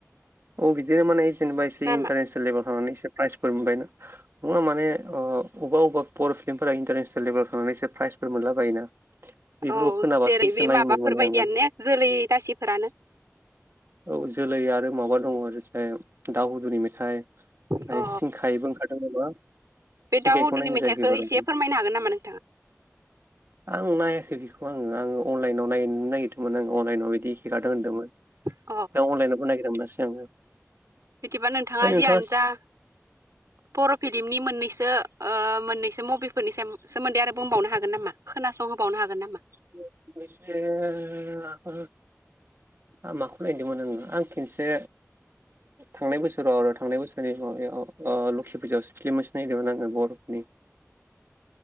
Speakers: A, on the right (about 50°); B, on the right (about 75°).
A: औ बिदिनो माने जेनेबा एसे
B: नामा
A: इन्टारनेसनेल लेभेल थांनानै एसे प्राइजफोर मोनबाय ना नङा माने ओ अबा अबा बर' फिल्मफोरा इन्टारनेसनेल लेभेलाव थांनानैसो प्राइजफोर मोनला बायोना बेफोरखौ
B: औ
A: खोनाबासो
B: जेरै
A: एसे
B: बे
A: नायोमोन
B: माबाफोरबायदियानो
A: माने आङो
B: ने जोलै दासिफोरानो
A: औ जोलै आरो माबा दङ मोनसे दाव हुदुनि मेथाइ ओमफ्राय
B: अ
A: सिंखायबो ओंखारदों नामा
B: बे
A: सिंखायखौ
B: दाउ हुदुनि
A: नायनाय
B: मेथाइखौ
A: जायाखै बारु
B: एसे फोरमायनो हागोन नामा नोंथाङा
A: आं नायाखै बेखौ आङो आङो अनलाइनाव नायनो नागिरदोंमोन आं अनलाइनाव बिदि हेंगारदों होनदोंमोन
B: औ
A: दा अनलाइनावबो नागिरना मोनासै आङो
B: बिदिबा नोंथाङा
A: ओमफ्राय नोंथाङा
B: जियानो जा
A: <unintelligible>
B: बर' फिल्मनि मोननैसो ओ मोननैसो मुभिफोरनि सोम सोमोन्दै आरो बुंबावनो हागोन नामा खोनासं होबावनो हागोन नामा
A: औ मोनसे आबो आं माखौ नायदोंमोन आंङो आं खेनसे थांनाय बोसोराव‌ आरो थांनाय बोसोरनि माबायाव ओ लखि फुजायाव सो फिलिम मोनसे नायदोंमोन आङो बर'फोरनि